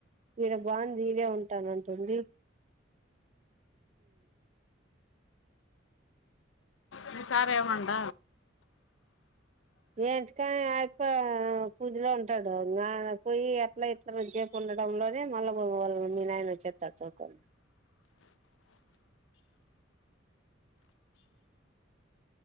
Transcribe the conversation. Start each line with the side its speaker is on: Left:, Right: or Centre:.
Right: ఈడ బాగు దీడ ఉంటానుంటుంది
Left: మీ సార్ ఏమండ
Right: ఏంటికాని ఆ యాప పూజలో ఉంటాడు పోయి ఎట్లా ఇట్ల చేపు ఉండడంలోనే మళ్ళ మీ నాయన వచ్చేస్తాడు చూకని